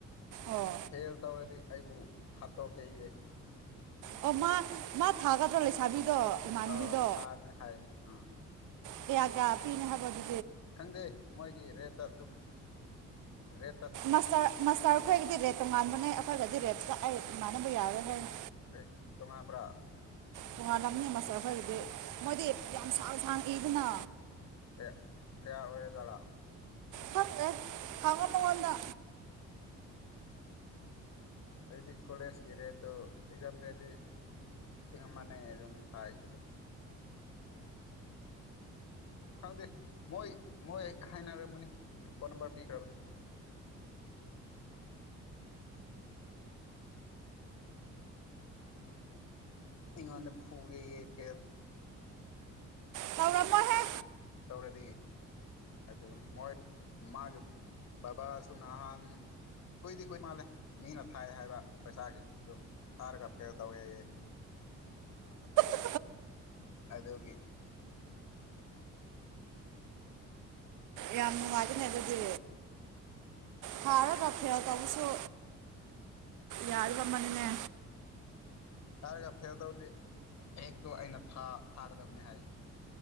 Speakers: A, on the right; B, on the left.
A: ꯑꯣ
B: ꯐꯦꯜ ꯇꯧꯔꯗꯤ ꯑꯩꯕꯨ ꯍꯥꯠꯇꯣꯛꯀꯦ ꯌꯦ
A: ꯑꯣ ꯃꯥ ꯃꯥ ꯊꯥꯒꯗ꯭ꯔꯣ ꯂꯩꯁꯥꯕꯤꯗꯣ ꯏꯃꯥꯟꯕꯤꯗꯣ
B: ꯑꯥ ꯊꯥꯅꯤ ꯍꯥꯏ ꯑꯥ
A: ꯀꯌꯥ ꯀꯌꯥ ꯄꯤꯅ ꯍꯥꯏꯕ ꯑꯗꯨ
B: ꯈꯪꯗꯦ ꯃꯣꯏꯒꯤ ꯔꯦꯠ ꯇ ꯑꯗꯨꯨꯝ <unintelligible> ꯔꯦꯠꯇ
A: ꯃꯥꯁꯇꯔ ꯃꯥꯁꯇꯔ ꯑꯩꯈꯣꯏꯒꯤꯗꯤ ꯔꯦꯠ ꯇꯣꯉꯥꯟꯕꯅꯦ ꯑꯩꯈꯣꯏꯒꯗꯤ ꯔꯦꯠ ꯑꯩ ꯃꯥꯟꯅꯕ ꯌꯥꯔꯣꯏ ꯍꯥꯏꯅꯤ
B: ꯑꯦ ꯇꯣꯉꯥꯟꯕ꯭ꯔꯥ
A: ꯇꯣꯉꯥꯜꯂꯝꯅꯤ ꯃꯥꯁꯇ꯭ꯔ ꯈꯣꯏꯒꯤꯗꯤ ꯃꯣꯏꯗꯤ ꯌꯥꯝ ꯁꯥꯡ ꯁꯥꯡ ꯏꯗꯅ
B: ꯀꯌꯥ ꯀꯆꯥ ꯑꯣꯏꯔꯖꯠꯂꯥ
A: ꯈꯥꯪꯗꯦ ꯍꯪꯉꯣ ꯃꯥꯉꯣꯟꯗ
B: ꯑꯗꯨꯗꯤ ꯀꯣꯂꯦꯖꯀꯤꯔꯦꯗꯣ ꯑꯦꯛꯖꯥꯝꯗꯗꯤ ꯂꯤꯁꯤꯡ ꯑꯃꯅꯦ ꯑꯗꯨꯝ ꯍꯥꯏꯈꯤꯕꯅꯦ ꯍꯪꯗꯦ ꯃꯣꯏ ꯃꯣꯏ ꯍꯥꯏꯅꯔꯝꯒꯅꯤ ꯐꯣꯟ ꯅꯝꯕꯔ ꯄꯤꯈ꯭ꯔꯕꯅꯦ ꯑꯩꯉꯣꯟꯗ ꯐꯨꯒꯦ ꯌꯦ ꯐꯦꯜ
A: ꯇꯧꯔꯝꯃꯣꯏꯍꯦ
B: ꯇꯧꯔꯗꯤ ꯑꯗꯨꯕꯨꯅꯤ ꯃꯣꯏ ꯃꯥꯒꯤ ꯕꯕꯥꯁꯨ ꯅꯍꯥꯟ ꯀꯨꯏꯗꯤ ꯀꯨꯏ ꯃꯥꯜꯂꯦ ꯃꯤꯅ ꯊꯥꯏ ꯍꯥꯏꯕ ꯄꯩꯁꯥꯒꯤ ꯑꯗꯨ ꯊꯥꯔꯒ ꯐꯦꯜ ꯇꯧ ꯑꯦꯌꯦ
A: ꯍꯍ
B: ꯑꯗꯨꯒꯤ
A: ꯌꯥꯝꯅꯨꯡ ꯉꯥꯏꯕꯅꯦ ꯑꯗꯨꯗꯤ ꯊꯥꯔꯒ ꯐꯦꯜ ꯇꯧꯕꯁꯨ ꯌꯥꯔꯝꯃꯅꯤꯌꯦ
B: ꯍꯥꯏꯔꯒ ꯐꯦꯜ ꯇꯧꯗꯤ ꯕꯦꯛꯇꯣ ꯑꯩꯅ ꯐꯥ ꯐꯥꯒꯗꯕꯅꯦ ꯍꯥꯏ